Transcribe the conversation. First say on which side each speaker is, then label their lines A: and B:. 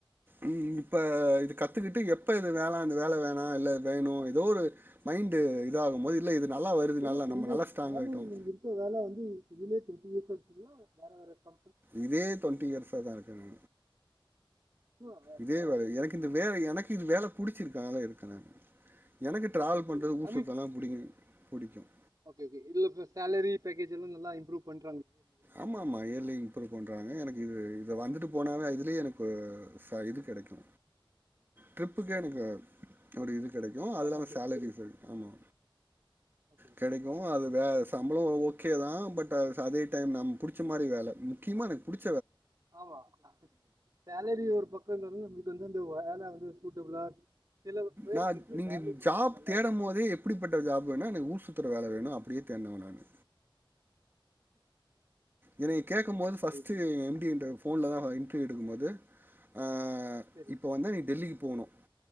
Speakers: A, on the right (about 25°); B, on the right (about 45°).
A: உ இப்ப இது கத்துக்கிட்டு எப்ப இது வேணாம் இந்த வேலை வேணாம் இல்ல வேணு ஏதோ ஒரு மைண்டு இதாகு போது இல்ல இது நல்லா வருது
B: ஒரே
A: நல்லா நம்ம
B: இந்த
A: நல்லா ஸ்ட்ராங்
B: வேலை
A: ஆயிட்டோம்.
B: நீங்க இருக்கிற வேலை வந்து ரிலேட் இ இருக்க வேற வேறக்கா
A: இதே டுவெண்ட்டி இயர்ஸா தா இருக்கேன் நா
B: இன்னும் வேற
A: இதே
B: வேற
A: வேல
B: இருக்கு
A: எனக்கு இந்த வேலை எனக்கு இந்த வேலை புடிச்சிருக்கு அதுனால இருக்கனா எனக்கு டிராவல்
B: சரி
A: பண்றது
B: சரி
A: ஊர்சுத்தெல்லா
B: ஐ மீன்
A: புடிகுங்க பிடிக்கும்
B: ஓகே ஓ இதுல சேலரி பேக்கேஜ் எல்லா நல்லா இம்ப்ரூவ் பண்ணி
A: ஆமா ஆமா ஏல்ல இ புரு பண்றாங்க எனக்கு இது இத வந்துட்டு போனாலே இதுலயே எனக்கு ச இது கிடைக்கு ட்ரிப்புக்கே
B: ஓகே
A: எனக்கு அப்டி இரு கிடைக்கு அது
B: காம்பன்சேஷன்
A: இல்லாம சேலரிஸ்
B: கிடைக்கும்
A: இருக்கு ஆமா
B: ஓகே
A: கிடைக்கு அது வே சம்பளம் ஓகே தா பட் அதே டைம் நம் புடிச்ச மாரி வேல முக்கியமா எனக்கு புடிச்
B: ஆமா சேலரி ஒரு பக்க இருந்தாலு நம்மளுக்கு வந்து அந்த வேல வந்து சூட்டபிளா சில பேருக்கு
A: நா
B: இப்போ
A: நீங்க
B: ட்ராவலிங் பண்றது
A: ஜாப்
B: நல்லா
A: தேடம்
B: இருக்கு
A: போதே எப்படிப்பட்ட ஜாப்ன்னா எனக்கு ஊர்சுத் த்தர வேல வேணு அப்டியே தேட்னவா நானு எனய கேக்கும் போது பஸ்ட்டு
B: புரியுது புரியுது
A: எம் டி என்ட போன்ல தான் இன்ர்வியூ எடுக்கும்போது ஆ ஆ
B: சரி
A: இப்போ வந்து நீ டெல்லிக்கு போகணும்